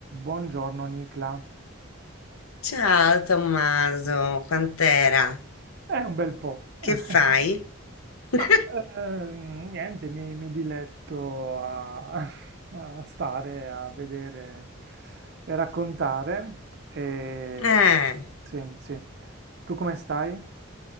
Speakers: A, on the right; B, on the left.
A: Buongiorno Nicla.
B: Ciao Tommaso, quant'era?
A: È un bel po'. <laughs>
B: Che fai? <laughs>
A: Ma ehm, niente, mi, mi diletto a, <laughs> a stare, a vedere e raccontare. E,
B: Eh,
A: sì, sì. Tu come stai?